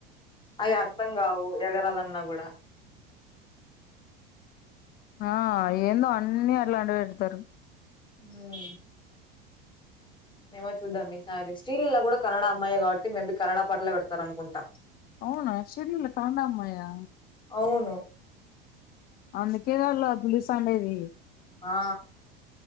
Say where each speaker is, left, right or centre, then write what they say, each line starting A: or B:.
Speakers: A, on the left; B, on the left.
A: అది అర్థం కావు ఎగరాలన్నా గుడా
B: ఆ ఏందో అన్ని అట్లాంటివి పెడతరు
A: ఊమ్ ఏమో చూద్దాం ఈసారి శ్రీ లీల గూడా కన్నడ అమ్మాయి కావట్టి మేబీ కన్నడ పాటలే పెడతారు అనుకుంట
B: అవునా శ్రీ లీల కన్నడ అమ్మాయా
A: అవును.
B: అందుకే గద పిలుస్తా ఉండేది
A: ఆ